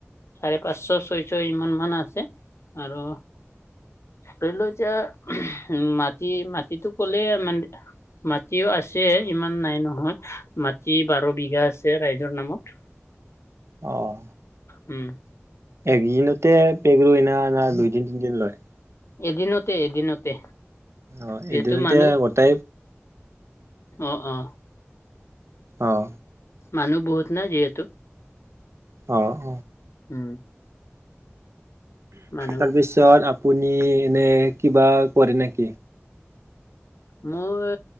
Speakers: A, on the left; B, on the right.
A: চাৰে পাঁচশ ছয়শ ইমান মান আছে আৰু ধৰিল এতিয়া উ, মাটি মাটিতটো ক'লে মান মাটিও আছে ইমান নাই নহয় মাটি বাৰ বিঘা আছে ৰাইজৰ নামত।
B: অহ।
A: উম।
B: একদিনতে পেগ <unintelligible> দুইদিন তিনিদিন লয়।
A: এদিনতে এদিনতে।
B: অঁ
A: যিহেতু
B: এইদিনতে
A: মানুহ
B: গোতাই
A: অ অ
B: অঁ
A: মানুহ বহুত না যিহেতু
B: অহ অহ
A: উম। মানুহ
B: তাৰপিছত আপুনি এনেই কিবা কৰে নেকি?
A: মই